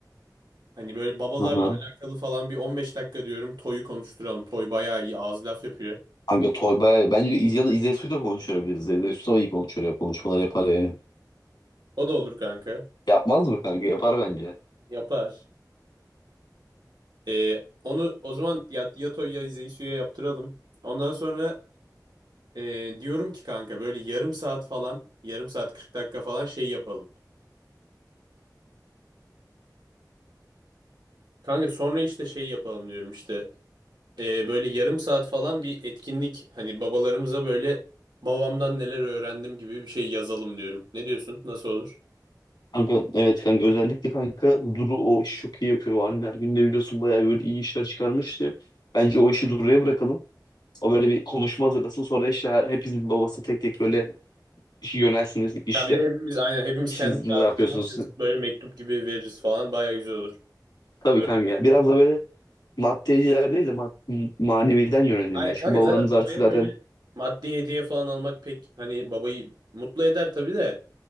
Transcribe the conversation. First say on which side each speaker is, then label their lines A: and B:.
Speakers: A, on the right; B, on the left.
A: Hani böyle babalarla
B: hı.
A: alakalı falan bir 15 dakika diyorum. Toy'u konuşturalım. Toy bayağı iyi ağız laf yapıyor.
B: Kanka Toy bayağı bence İz- ya da İzey Su'yla konuşturabiliriz. İzey Su da iyi konuşur ya konuşmalar yapar yani.
A: O da olur kanka.
B: Yapmaz mı kanka? Yapar bence.
A: Yapar. Ee, onu o zaman ya, ya Toy ya Zeysu'ya yaptıralım. Ondan sonra ee, diyorum ki kanka böyle yarım saat falan yarım saat 40 dakika falan şey yapalım. Kanka sonra işte şey yapalım diyorum işte. e, böyle yarım saat falan bir etkinlik hani babalarımıza böyle babamdan neler öğrendim gibi bir şey yazalım diyorum. Ne diyorsun? Nasıl olur?
B: Kanka evet kanka özellikle kanka Duru o işi çok iyi yapıyor. Anneler Günü'nde biliyorsun bayağı böyle iyi işler çıkarmıştı. Bence o işi Duru'ya bırakalım. O böyle bir konuşma hazırlasın. Sonra işte her, hepinizin babası tek tek böyle işi yönelsiniz. İşte
A: Ya bir de hepimiz aynen hepimiz
B: siz
A: kendi
B: ne
A: kağıt,
B: yapıyorsunuz?
A: kağıt yazıp böyle mektup gibi veririz falan baya güzel olur.
B: Tabii
A: Böyle
B: kanka ya. Biraz da böyle maddeciler değil de ma- maneviden yönelim
A: aynen
B: ya. Çünkü
A: kanka
B: babalarımız
A: zaten babaya
B: artık zaten
A: böyle maddi hediye falan almak pek hani babayı mutlu eder tabii de